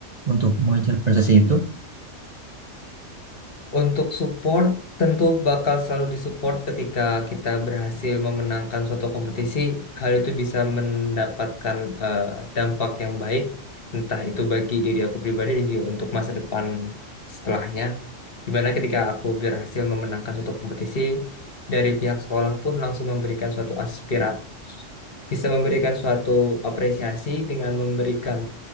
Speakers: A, on the right; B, on the left.
A: untuk mengajar prestasi itu
B: Untuk support tentu bakal selalu disupport ketika kita berhasil memenangkan suatu kompetisi. Hal itu bisa mendapatkan eh, dampak yang baik, entah itu bagi diri aku pribadi dan juga untuk masa depan setelahnya. Dimana ketika aku berhasil memenangkan suatu kompetisi, dari pihak sekolah pun langsung memberikan suatu aspira, bisa memberikan suatu apresiasi dengan memberikan